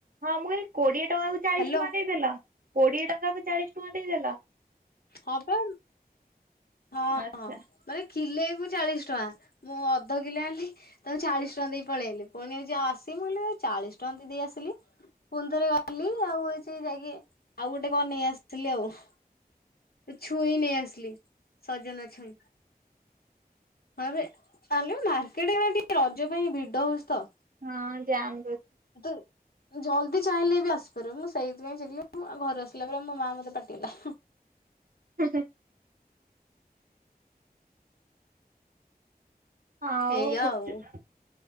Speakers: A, on the right (about 60°); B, on the left (about 70°).
A: ହଁ ମୁଁ କହଲିି କୋଡିଏ ଟଙ୍କାକୁଚାଳିଶ
B: ହ୍ୟାଲୋ
A: ଟଙ୍କା ଦେଇଦେଲା କୋଡିଏ ଟଙ୍କାକୁ ଚାଳିଶ ଟଙ୍କା ଦେଇଦେଲ।
B: ହଁ ପା ହଁ
A: ଆଚ୍ଛା
B: ହଁ। ମାନେ କିଲୋକୁ ଚାଳିଶ ଟଙ୍କା ମୁଁ ଅଧ କିଲୋ ଆଣିଲି। ତାଙ୍କୁ ଚାଳିଶ ଟଙ୍କା ଦେଇ ପଳେଇଆଇଲି ପୁଣିଉ ଯ ଆସିକି ମୁଁ ଚାଳିଶ ଟଙ୍କା ଦେଇ ଆସିଲି। ପୁଣିଥରେ ଗଲି ଆଉ ହେଇଛି ଯାଇକ ଆଉ ଗୋଟେ କଣ ନେଇ ଆସିଥିଲି ଆଉ ଛୁଇଁ ନେଇ ଆସିଲି ସଜନା ଛୁଇଁ। ହଁ ତାହେଲେ ମାର୍କେଟ ଟିକେ ରଜ ପାଇଁ ଭିଡ ହଉଛି ତ।
A: ହଁ ଜାମ୍ ରହୁ
B: କିନ୍ତୁ ଜଲ୍ଦି ଚାହିଁଲେ ବି ଆସିପାରୁିବ ମୁଁ ସେଇଥିପାଇଁ ଚାଲଉ ଘରୁ ଆସିଲା ପରେ ମୋ ମା ମତେ ପାଟିଗଲା।
A: ହୁଁ ହୁଁ। ଆଉ
B: ଏଇଆ
A: ଗୁପଚୁପ୍
B: ଆଉ